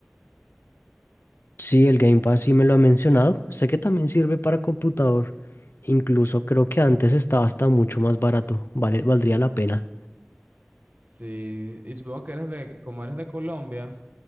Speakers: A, on the left; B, on the right.
A: Sí, el Game Pass sí me lo ha mencionado. Sé que también sirve para computador. Incluso creo que antes estaba hasta mucho más barato. Vale, valdría la pena.
B: Sí, y supongo que eres de, como eres de Colombia,